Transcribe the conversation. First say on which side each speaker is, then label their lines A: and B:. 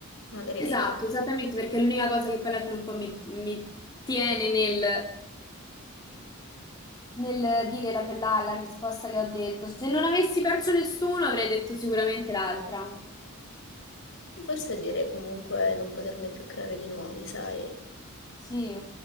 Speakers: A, on the left; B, on the left.
A: Magari...
B: Esatto, esattamente, perché è l'unica cosa che poi alla fine un po' mi, mi tiene nel, nel dire la, la, la risposta che ho detto. Se non avessi perso nessuno, avrei detto sicuramente l'altra.
A: Io forse direi comunque non poterne più creare di nuovi, sai?
B: Sì,